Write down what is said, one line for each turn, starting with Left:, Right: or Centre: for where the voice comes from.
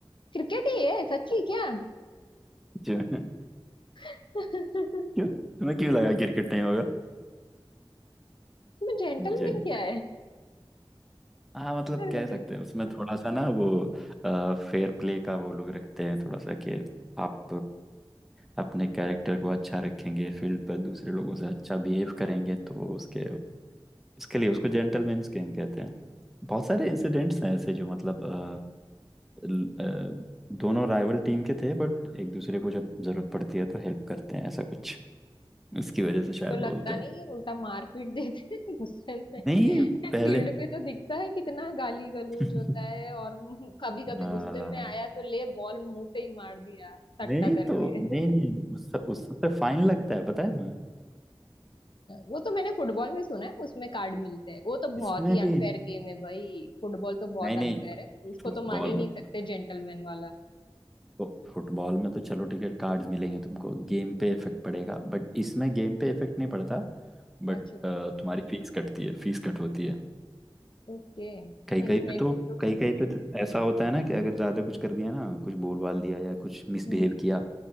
Left: क्रिकेट ही है सच्ची क्या
Centre: क्यों
Left: <laughs>
Centre: क्यों तुम्हें क्यों लगा क्रिकेट नहीं होगा
Left: इसमें जेंटलमैन
Centre: जेंट
Left: क्या
Centre: हाँ मतलब
Left: है
Centre: कह सकते हैं उसमें थोड़ा सा ना वो फेयर प्ले का वो लोग रखते हैं थोड़ा सा कि आप अपने कैरेक्टर को अच्छा रखेंगे फील्ड पर दूसरे लोगों से अच्छा बिहेव करेंगे तो उसके इसके लिए उसको जेंटलमैन गेम कहते हैं बहुत सारे इंसिडेंट्स हैं ऐसे जो मतलब अ, ल- अ, दोनों राइवल टीम के थे बट एक दूसरे को जब जरूरत पड़ती है तो हेल्प करते हैं ऐसा कुछ इसकी वजह
Left: मुझे
Centre: से शायद
Left: तो लगता
Centre: बोलते हैं
Left: नहीं उल्टा मारपीट देते हैं <laughs> गुस्से में
Centre: नहीं
Left: फील्ड
Centre: पहले
Left: पे तो दिखता है कितना गाली गलौज
Centre: <laughs>
Left: होता है और कभी कभी
Centre: हाँ
Left: गुस्से में आया तो ले बॉल मुंह पे ही मार दिया सट्टा
Centre: नहीं
Left: करके
Centre: तो नहीं नहीं उस उस सब पे फाइन लगता है पता है तुम्हें
Left: वो तो मैंने फुटबॉल में सुना है उसमें कार्ड मिलते हैं वो तो बहुत
Centre: इसमें
Left: ही
Centre: भी
Left: अनफेयर गेम है भाई फुटबॉल तो बहुत
Centre: नहीं नहीं
Left: अनफेयर है उसको
Centre: फुटबॉल
Left: तो मान ही नहीं
Centre: में
Left: सकते जेंटलमैन वाला
Centre: तो फुटबॉल में तो चलो ठीक है कार्ड्स मिलेंगे तुमको गेम पे इफेक्ट पड़ेगा बट इसमें गेम पे इफेक्ट नहीं पड़ता बट
Left: अच्छा
Centre: तुम्हारी फीस कटती है फीस कट होती है
Left: ओके नहीं
Centre: कहीं कहीं
Left: मेरे
Centre: पे तो
Left: को तो
Centre: कहीं कहीं पे तो ऐसा होता है ना कि अगर ज्यादा कुछ कर दिया ना कुछ बोल बाल दिया या कुछ मिसबिहेव
Left: हम्म
Centre: किया